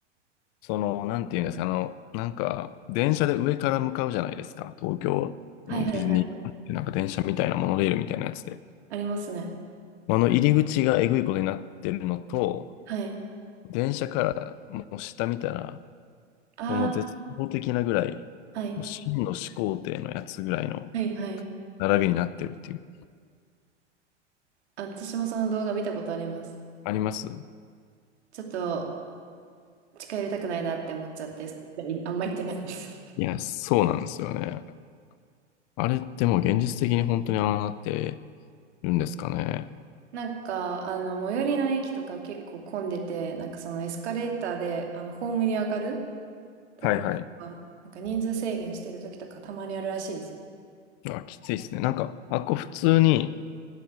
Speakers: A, on the left; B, on the right.
A: その、なんていうんですか、あの、なんか、電車で上から向かうじゃないですか。東京のディズニーってなんか電車みたいなモノレールみたいなやつで。
B: はいはいはい。ありますね。
A: あの入り口がえぐいことになってるのと、
B: はい。
A: 電車からもう下見たら、
B: あ
A: もう絶望的なぐらい、
B: あ、はい。
A: もう真の始皇帝のやつぐらいの
B: はいはい。
A: 並びになってるっていう。
B: あ私もその動画見たことあります。
A: あります
B: ちょっと近寄りたくないなって思っちゃって、それ以来あんま行ってないんです。<laughs>
A: いや、そうなんですよね。あれってもう現実的に本当にああなってるんですかね。
B: なんか、あの、最寄りの駅とか結構混んでて、なんかそのエスカレーターで、あの、ホームに上がるところとか、
A: はいはい。
B: なんか人数制限してる時とかたまにあるらしいです。
A: あ、きついですね。なんか、あっこ普通に、